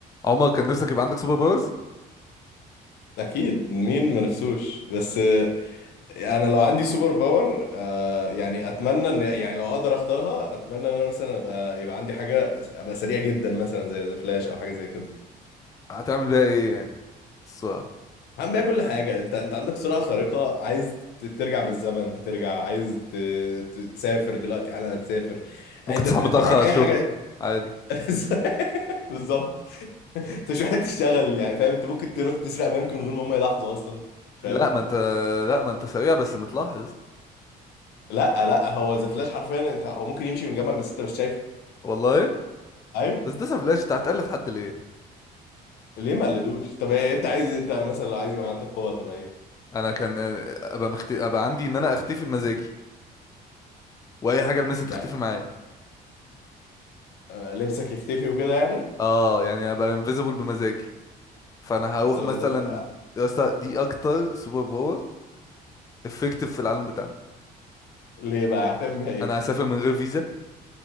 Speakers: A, on the left; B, on the left.
A: عمر كان نفسك يبقى عندك سوبر باورز
B: اكيد مين ما نفسوش بس آه، انا لو عندي سوبر باور آه، يعني اتمنى ان يعني لو اقدر اختارها اتمنى ان انا مثلا ابقى يبقى عندي حاجه ابقى سريع جدا مثلا زي ذا فلاش او حاجه زي كده
A: هتعمل بيها ايه يعني السرعة
B: هعمل بيها كل حاجه انت انت عندك سرعه خارقه عايز ت- ترجع بالزمن هترجع عايز ت- ت- تسافر دلوقتي حالا هتسافر
A: ممكن
B: انت
A: تصحى
B: انت
A: متأخر
B: معاك
A: على الشغل
B: اي حاجه
A: عادي
B: <laughs> بالظبط انت مش محتاج تشتغل يعني فاهم انت ممكن تروح تسرق بنك من غير ما هم يلاحظوا اصلا فاهم
A: لا ما انت لا ما انت سريع بس متلاحظ
B: لا لا هو ذا فلاش حرفيا انت هو ممكن يمشي من جنبك بس انت مش شايفه
A: والله
B: ايوه
A: بس ده سفلاش انت هتقلد حد ليه
B: ليه ما قلدوش طب إيه انت عايز انت مثلا لو عايز يبقى عندك قوه تبقى ايه
A: انا كان ابقى مخت... ابقى عندي ان انا اختفي بمزاجي واي حاجة المسها
B: يعني
A: تختفي معايا
B: آه، لبسك يختفي وكده يعني
A: اه يعني ابقى انفيزبل بمزاجي فانا هروح
B: طب
A: مثلا
B: إنت- آه،
A: يا اسطى دي اكتر سوبر باور افكتيف في العالم بتاعنا
B: ليه بقى هتعمل بيها ايه
A: انا هسافر من غير فيزا